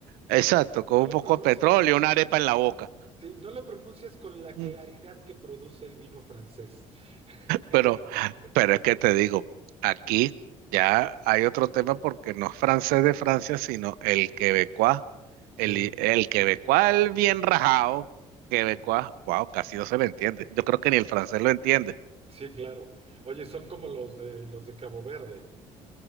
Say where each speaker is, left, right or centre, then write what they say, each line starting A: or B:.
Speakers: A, on the right (about 75°); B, on the right (about 40°).
A: exacto, con
B: No
A: un
B: lo
A: poco
B: pronuncias,
A: de petróleo y una arepa en la boca.
B: sí, no lo pronuncias con la claridad
A: Mm.
B: que produce el vino francés <laughs> en
A: Pero,
B: la voz.
A: pero es que te digo, aquí ya hay otro tema porque no es francés de Francia, sino el quebecuá,
B: Sí,
A: el, el quebecuá el bien rajado, quebecuá, wow, casi no se le entiende. Yo creo que ni el francés lo entiende.
B: sí, claro. Oye, son como los de los de Cabo Verde.